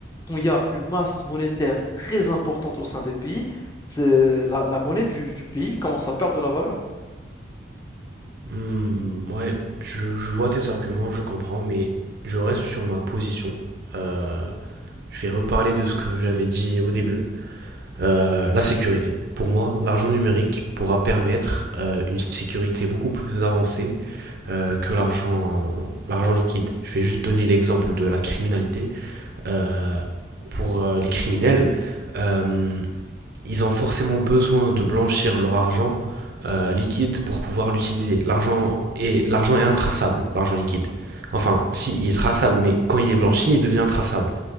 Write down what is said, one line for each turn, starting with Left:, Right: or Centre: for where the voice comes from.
Left: Quand il y a une masse monétaire très importante au sein des pays, c'est la, la monnaie du, du pays commence à perdre de la valeur.
Right: Hmm, ouais, je, je vois tes arguments, je comprends, mais je reste sur ma position. Euh, je vais reparler de ce que j'avais dit au début. Euh, la sécurité. Pour moi, l'argent numérique pourra permettre euh, une sécurité beaucoup plus avancée euh, que l'argent, l'argent liquide. Je vais juste donner l'exemple de la criminalité. Euh, pour euh, les criminels, euh, ils ont forcément besoin de blanchir leur argent euh, liquide pour pouvoir l'utiliser. L'argent est, l'argent est intraçable, l'argent liquide. Enfin, si, il est traçable, mais quand il est blanchi, il devient intraçable.